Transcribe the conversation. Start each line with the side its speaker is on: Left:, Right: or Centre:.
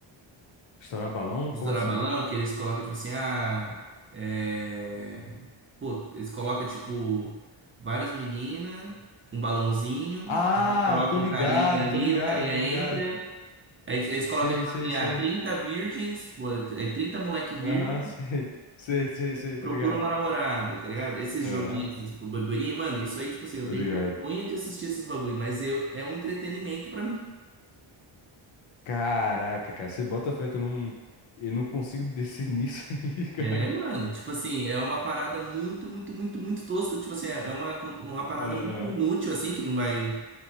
Left: Estourar balão?
Right: Estourar
Left: Como assim?
Right: balão, que eles colocam, tipo assim, ah, é... Pô, eles colocam, tipo, várias meninas com balãozinho,
Left: Ah,
Right: aí colocam
Left: tô ligado,
Right: um carinha ali,
Left: tô ligado,
Right: o carinha
Left: tô ligado.
Right: entra, aí eles colocam,
Left: Sei,
Right: tipo
Left: sei,
Right: assim,
Left: sei.
Right: ah, 30 virgens, tipo, é 30 moleque virgem,
Left: Aham, <laughs> sei. Sei, sei, sei,
Right: Procura
Left: tô ligado.
Right: uma namorada, tá ligado? Esses
Left: Aham,
Right: joguinhos, esses boborinhos, mano, isso aí, tipo assim, eu
Left: tô
Right: tenho
Left: ligado.
Right: vergonha de assistir esses bagulho, mas eu, é um entretenimento pra mim.
Left: Caraca, cara, você bota fé que eu não, eu não consigo descer nisso <laughs> aí, cara.
Right: É, mano, tipo assim, é uma parada muito, muito, muito, muito tosca. Tipo assim, é é uma, cultu- uma parada
Left: Aham.
Right: muito inútil, assim, que não vai